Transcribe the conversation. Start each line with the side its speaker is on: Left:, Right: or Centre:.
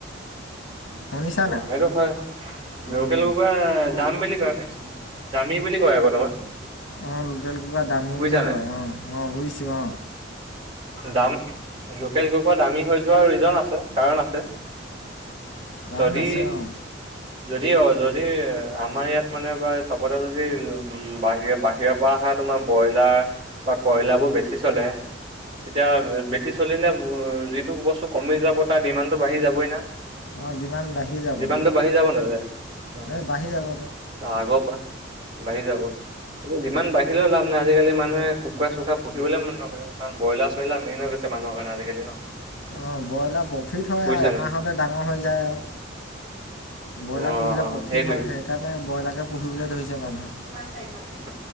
Left: শুনিছা নাই
Right: সেইটো হয়। লোকেল
Left: অঁ
Right: সোপা দাম বে <unintelligible> বেছি, দামি বুলি কয় আকৌ তোমাৰ।
Left: অ', লোকেল কুকুৰা দামী
Right: বুজিছা
Left: বুলি
Right: নাই
Left: কয়। অ', অ', বুজিছোঁ অ'।
Right: দাম লোকেল কুকুৰা দামী হৈ যোৱাৰ ৰিজন আছে কাৰণ আছে
Left: কাৰণ
Right: যদি
Left: আছে অঁ
Right: য দ অ যদি আমাৰ ইয়াত মানে বা চবতে যদি উ বাহিৰে বাহিৰৰ পৰা অহা তোমাৰ ব্ৰইলাৰ বা কয়লাৰ বোৰ বেছি চলে এতিয়া বেছি চলিলে যিটো বস্তু কমি যাব তাৰ ডিমাণ্ডটো বাঢ়ি যাবই না
Left: অ ডিমাণ্ড বাঢ়ি যাবই
Right: ডিমাণ্ডটো বাঢ়ি যাব নাযায় অ
Left: এই বাঢ়ি যাব।
Right: আগৰ পৰা বাঢ়ি যাব কিন্তু যিমান বাঢ়িলেও লাভ নাই, আজিকালি মানুহে কুকুৰা -চুকুৰা পুহিবলে মন নকৰে। কাৰণ ব্ৰইলাৰ- শৈলাৰ মেইন হৈ গৈছে মানুহৰ কাৰণে আজিকালি ন।
Left: অ ব্ৰইলাৰ প্ৰফিট হয়
Right: বুজিছা
Left: আয় আৰু
Right: নাই
Left: এমাহতে ডাঙৰ হৈ যায় আৰ ব্ৰইলাৰ
Right: অ
Left: পুহিলে প্ৰফিট
Right: সেইটোৱে
Left: হয় সেইকাৰণে ব্ৰইলাৰকে পুহিবলৈ ধৰিছে মানুহ।
Right: কিমান তাৰিক আজি,